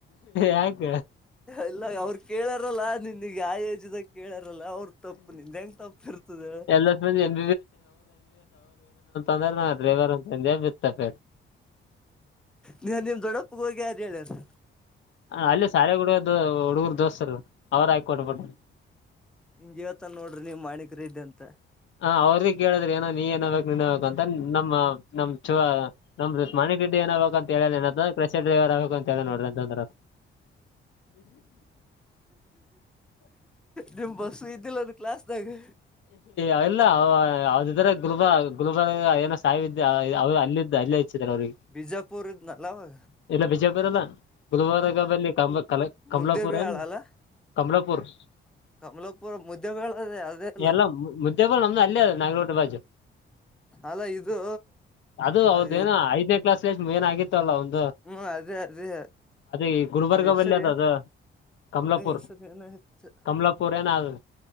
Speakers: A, on the left (about 65°); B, in the centre.
A: ಯಾಕ
B: ಎಲ್ಲ ಅವ್ರ ಕೇಳಾರಲ್ಲ ನಿನ್ನಿಗೆ ಆ ಯೋಜಿದಾಗ ಕೇಳಾರಲ್ಲ ಅವ್ರ ತಪ್ಪು ನಿನ್ ಹೆಂಗ ತಪ್ಪ ಇರ್ತದ
A: ಎಲ್ಲ ಮಂದಿ ಎಂ ಅ ಡ್ರೈವರ್ಂದಜ ಇತ್ತಫ
B: ನೀ ನಿಮ್ ದೊಡ್ಡಪ್ಪ ಹೋಗಿ ಅಾರ ಹೇಳಾರ
A: ಅಲ್ಲಿ ಸಾರಗುಡಿಯ ಹುಡುಗರು ದೋಸ್ತರು ಅವ್ರು ಆಯಕ ಕೊೊಂಡಬಟ್ಟ
B: ನಿಂಗ ಇವತ್ತ ನೋಡ್ರಿ ನೀ ಮಾಣಿಕರ ಇದ್ದ ಅಂತ
A: ಹ ಅವ್ರದ ಕೇಳಿದ್ರೆ ಏನೋ ನೀ ಏನ ನ್ಬೇಕ ಅಂತ ನಮ್ಮ ನಮ್ಮ್ ಚ ನಮ್ದ್ಮಾನಿ ಗಿಡ್ಡಿ ಏನ್ಬೇಕಂತ ಹೇಳ ಏನ ಕಶ ಡ್ರೈವರ್ ಆಗ್ಬೇಕು ಅಂತ ಹೇಳ ನೋಡ್ರಿ ಅಂತಂದ್ರ
B: ನಿಮ್ ಬಸ್ಸು ಇದ್ದಿಲ್ಲನ್ ಕ್ಲಾಸ್ದಾಗ
A: ಅಲ್ಲ ಹ ಯಾವ್ದಿದ್ರ ಗುಲ್ಬ ಗುಲ್ ಆ ಎಸ್ ಸಾವಿದ ಅವ ಅಲ್ಲಿದ್ದ ಅಲ್ಲೇ ಹಚ್ಚಿದಾರೆ ಅವ್ರಿಗೆ
B: ಬಿಜಾಪುರ್ ಇದ್ನಲ್ಲ ಅವಾಗ
A: ಎಲ್ಲ ಬಿಜಯ ಬರಲ್ಲ ಬುಧವಾರಗ
B: ಹ
A: ಬಿ ಕ ಕಲ ಕಮಲಾಪುರ
B: ಮುದ್ದೇಬೇಳ
A: ಏನು
B: ಅಲ್ಲ
A: ಅಮಲಪುರ್
B: ಕಮಲಾಪುರ ಮುದ್ದ್ಯೇಳದದೆ ಅದೇ ಅಲ್ಲ
A: ಎಲ್ಲ ಮುದ್ದೇಬಿಲ್ ನಮ್ದು ಅಲ್ಲೇ ನಾಗರಕೋಟೆ ಬಾಜು
B: ಅಲ್ಲ ಇದು
A: ಅದು ಅವ್ರದ್ದೇನೋ
B: ಅದ
A: ಐದನೇ ಕ್ಲಾಸ್ ಏನ್ ಆಗತ್ತುತ್ತಲ್ಲಂದು
B: ಹ್ಮ್ ಅದೇ ಅದೇ
A: ಈ ಗುಲ್ಬರ್ಗ
B: ಅದ ಹೆಸರಿಯ
A: ಬಲ್ಲಿ ಅದ ಅದು ಕಮಲಾಪುರ್
B: ಅದೇ ಹೆಸರಿ ನ ಹೆತ್ತು
A: ಕಮಲಾಪುರ್ ಏನ ಅದು